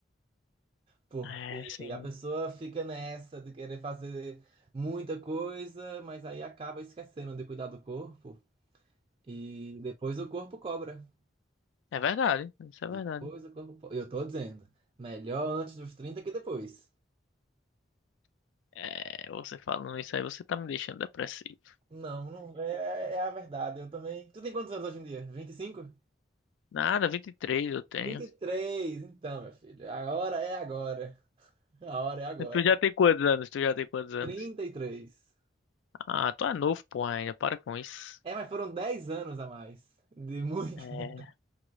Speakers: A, on the right (about 30°); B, on the left (about 80°).
A: porque
B: É, sim.
A: a pessoa fica nessa de querer fazer muita coisa, mas aí acaba esquecendo de cuidar do corpo. E depois o corpo cobra.
B: É verdade. Isso é
A: Depois
B: verdade.
A: o corpo. po- Eu tô dizendo, melhor antes dos 30 que depois.
B: É, você falando isso aí, você tá me deixando depressivo.
A: Não, não é, é a verdade. Eu também. Tu tem quantos anos hoje em dia? vinte vinte e cinco
B: Nada, 23 eu tenho.
A: vinte e três Então, meu filho, a hora é agora. A hora é agora.
B: Tu já tem quantos anos? Tu já tem quantos anos?
A: trinta e três
B: Ah, tu é novo, pô, ainda. Para com isso.
A: É, mas foram 10 anos a mais. De muito.
B: É,
A: <laughs>